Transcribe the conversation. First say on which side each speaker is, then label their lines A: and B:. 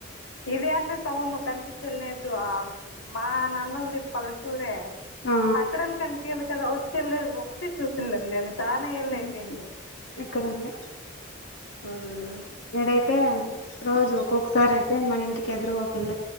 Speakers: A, on the left; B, on the left.
A: ఇదే అన్న టౌను కనిపించల్నేద్దు, ఆ మా నాన్నోల్ది పల్టూరే.
B: ఆ ఆ
A: అక్కడన్న కనిపియాలి కదా వచ్చేళ్ళ ఒకటి చూసిండలేదు నేను చాలా ఏళ్ళ
B: ఉమ్,
A: అయిపోయింది,
B: ఇక్కడ ఉంది
A: ఉమ్
B: ఎడైతే రోజు ఒక్కొక్కసారి అయితే మన ఇంటికి ఎదురుగక ఒక ఇళ్ళు